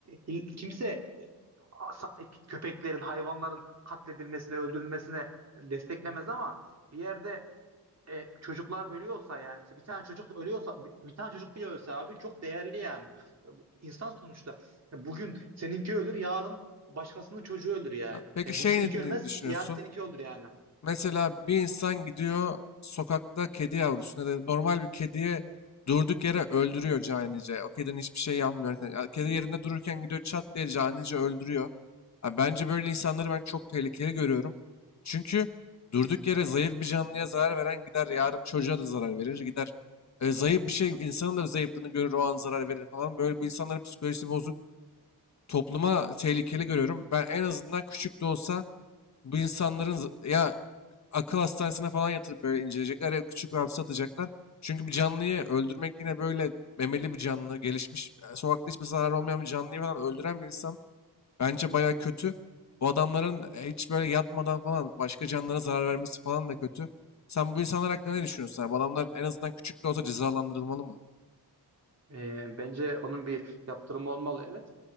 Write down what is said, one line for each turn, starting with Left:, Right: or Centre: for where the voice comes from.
Right: e, kimse a, sa- e, köpeklerin, hayvanların katledilmesine, öldürülmesine desteklemez ama bir yerde e, çocuklar ölüyorsa yani mesela bir tane çocuk ölüyorsa bir, bir tane çocuk bile ölse abi çok değerli yani. İnsan sonuçta E, bugün seninki ölür, yarın başkasının çocuğu ölür yani.
Left: Ha, Peki
Right: E,
Left: şey
Right: bugün seninki
Left: ne
Right: ölmez,
Left: ne düşünüyorsun?
Right: yarın seninki ölür yani.
Left: Mesela bir insan gidiyor sokakta kedi yavrusunu ya da normal bir kediye durduk yere öldürüyor canice. O kedinin hiçbir şey yapmıyor. Yani, Ya Kedi yerinde dururken gidiyor çat diye canice öldürüyor. Ha, bence böyle insanları ben çok tehlikeli görüyorum. Çünkü durduk yere zayıf bir canlıya zarar veren gider yarın çocuğa da zarar verir. Gider e, zayıf bir şey insanın da zayıflığını görür o an zarar verir falan. Böyle bir insanların psikolojisi bozuk. Topluma tehlikeli görüyorum. Ben en azından küçük de olsa Bu insanların z- ya akıl hastanesine falan yatırıp böyle inceleyecekler ya küçük bir hapse atacaklar. Çünkü bir canlıyı öldürmek yine böyle memeli bir canlı, gelişmiş, e, sokakta hiçbir zarar olmayan bir canlıyı falan öldüren bir insan bence bayağı kötü. Bu adamların e, hiç böyle yatmadan falan başka canlılara zarar vermesi falan da kötü. Sen bu insanlar hakkında ne düşünüyorsun? abi? Bu adamlar en azından küçük de olsa cezalandırılmalı mı?
Right: E, bence onun bir yaptırımı olmalı evet.